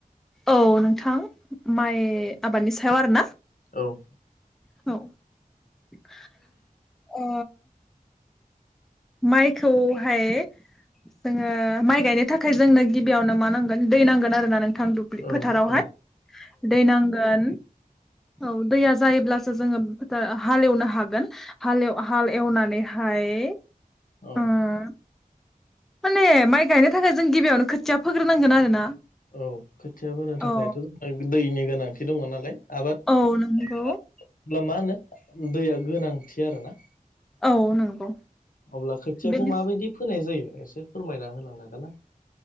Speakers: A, in the centre; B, on the left.
A: औ नोंथां माइ आबादनि सायाव आरोना?
B: औ
A: औ <inaudible> ओ माइखौहाय जोङो माइ गायनो थाखाय खाम जोंनो गिबियावनो मा नांगोन दै नांगोन आरो ना नों गोथां दुब्लि
B: औ
A: फोथारावहाय
B: औ
A: दै नांगोन। औ दैया जायोब्लासो जोङो फोथा हालेवनो हागोन। हाल एव हाल एवनानैहाय
B: औ
A: ओ माने माइ गायनो थाखाय जों गिबियावनो खोथिया फोग्रोनांगोन आरो ना।
B: औ खोथिया बोनो थाखायथ'
A: औ
B: जोंना दैनि गोनांथि दङ नालाय आबाद
A: औ नंगौ
B: <unintelligible> अब्ला मा होनो दैया गोनांथि आरोना
A: औ नंगौ।
B: अब्ला खोथियाखौ
A: बेनि
B: माबायदि फोनाय जायो एसे फोरमायना होलांनो हागोन ना?